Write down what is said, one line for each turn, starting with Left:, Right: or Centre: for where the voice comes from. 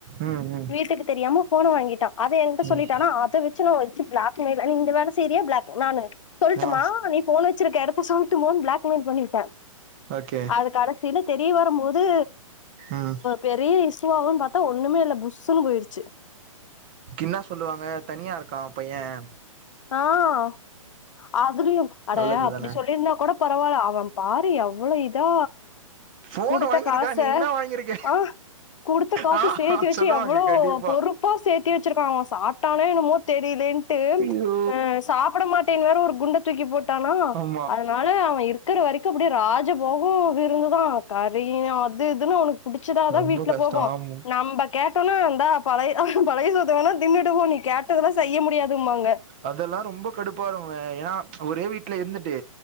Right: ம் ம்
Left: வீட்டுக்கு தெரியாம போனை வாங்கிட்டான் அதை என்கிட்ட
Right: ம்
Left: சொல்லிட்டானா அதை வச்சு ந பிளாக் நீ இந்த வே சரியா பிளாக் நானு சொல்லட்டுமா
Right: ஆ
Left: நீ போன் வச்சு வச்சுருக்கே இடத்த சொல்லட்டுமோ பிளாக்மெயில் பண்ணிட்டேன்
Right: ஓகே
Left: அதுக்கடைசியில தெரிய வரும் போது
Right: ம்
Left: பெரிய இஷிசிவி ஆகும்ன்னு பார்த்தா ஒண்ணுமே இல்ல புஷுன்னு போயிடுச்சு
Right: என்னா சொல்லுவாங்க தனியா இருக்கான் பையன்
Left: ஆஹ் அதுலும் அட
Right: நல்லது
Left: அப்படி
Right: தான
Left: சொல்லிருந்தா கூட பரவாயில்ல அவன் பாரு எவ்ளோ இதா
Right: ஃபோன்
Left: குடுத்த
Right: வாங்கிருக்கா
Left: காசை
Right: நீ இன்னா வாங்கிருக்க
Left: ஆஹ் குடுத்த காசு
Right: ஆ
Left: சேர்த்து வச்சு
Right: சொல்லுவாங்க
Left: எவ்வளோ
Right: கண்டிப்பா
Left: பொரு போப்பா சேர்த்தி வச்சிருக்காங்க சாப்பிட்டானே என்னமோ தெரியலேன்ட்டு
Right: ஐயோ
Left: அஹ சாப்பிட மாட்டேன்னு வேற ஒரு குண்ட தூக்கி போட்டானா அ
Right: ஆமா
Left: அதனால அவன் இருக்கிற வரைக்கும் அப்படியே ராஜபோகம் விருந்துதான் கறி அது இதுன்னு அவனுக்கு புடிச்சதாதான்
Right: ரொம்ப
Left: வீட்டுல
Right: கஷ்டோ
Left: போகும்
Right: ஆமா
Left: நம்ம கேட்டோம்னா இந்தா பழைய பழைய சொத்து வேன்னா தின்னுடுபோ நீ கேட்டதெல்லாம் செய்ய முடியாமாங்க
Right: அதெல்லாம் ரொம்ப கடுப்பா வரும்ங்க ஏன்னா ஒரே வீட்டுல இருந்துட்டு